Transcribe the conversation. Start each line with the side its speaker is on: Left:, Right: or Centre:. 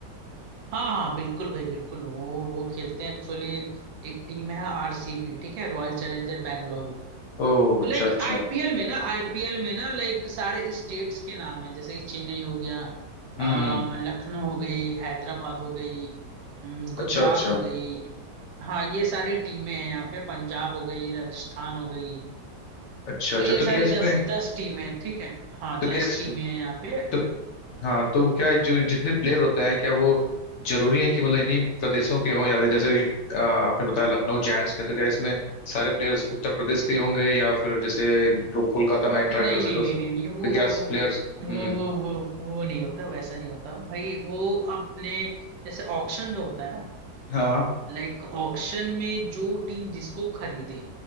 Right: हाँ हाँ बिल्कुल भाई बिल्कुल वो वो खेलते हैं एक्चुअली एक टीम है आरसीबी ठीक है रॉयल चैलेंजर बेंगलुरु
Left: ओ
Right: तो
Left: अच्छा
Right: लाइक
Left: अच्छा
Right: आईपीएल में ना आईपीएल में ना लाइक सारे स्टेट्स के नाम है जैसे कि चेन्नई हो गया
Left: हम्म
Right: अ,
Left: हम्म,
Right: लखनऊ हो गई हैदराबाद हो गई अम, गुजरात
Left: अच्छा अच्छा
Right: हो गई हाँ ये सारी टीमें हैं यहाँ पे पंजाब हो गई राजस्थान हो गई
Left: अच्छा अच्छा
Right: तो ये
Left: तो
Right: सारी
Left: क्या इसमें
Right: दस दस टीमें हैं ठीक है हाँ
Left: तो
Right: दस
Left: क्या इस,
Right: टीमें हैं यहाँ पे
Left: तो हाँ तो क्या जो जितने प्लेयर होते हैं क्या वो जरूरी है कि मतलब इन्हीं प्रदेशों के हों या फिर जैसे आ, आपने बताया लखनऊ जायंट्स के तो क्या इसमें सारे प्लेयर्स उत्तर प्रदेश के ही होंगे या फिर जैसे को- कोलकाता
Right: नहीं
Left: नाइट राइडर्स
Right: नहीं
Left: है तो,
Right: नहीं
Left: तो
Right: नहीं नहीं वो
Left: क्या
Right: वो
Left: प्लेयर्स
Right: वो
Left: हम्म
Right: वो वो वो नहीं होता वैसा नहीं होता भाई वो अपने जैसे ऑक्शन जो होता है ना
Left: हाँ
Right: लाइक ऑक्शन में जो टीम जिसको खरीदे